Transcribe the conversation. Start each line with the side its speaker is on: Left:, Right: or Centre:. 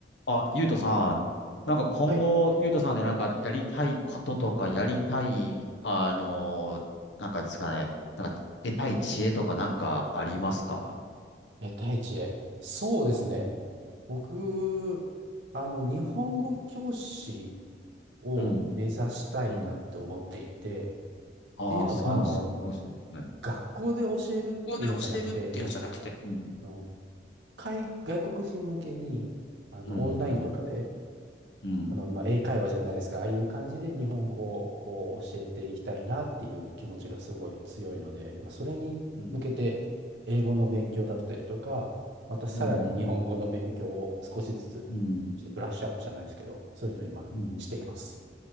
Left: あ、ゆうとさん、なんか今後、
Right: はい。
Left: ゆうとさんでなんかやりたいこととか、やりたい、あのーなんかですかね、なんか得たい知恵とかなんかありますか
Right: え、第一へ。そうですね。僕、あの、日本語教師を目指したいなって思っていて、
Left: うん。うん。
Right: っていうのも、
Left: ああ、そうなんです。
Right: あの、
Left: すごいですね。はい。
Right: 学校で教えるっていうのじゃなくて、
Left: ここで教えるっていうのじゃなくて、うん。
Right: あの、海、外国人向けに、あの、
Left: うん。
Right: オンラインとかで、
Left: うん。うん。
Right: あの、まあ、英会話じゃないですか、ああいう感じで日本語をこう教えていきたいなっていう気持ちがすごい強いので、まあ、それに向けて英語の勉強だったりとか、
Left: うん。
Right: またさらに日本語の勉強を少しずつ、
Left: うん。
Right: ちょ
Left: うん。うん。う
Right: っとブラッシュアップじゃないですけど、そういうのを今しています。
Left: ん。うん。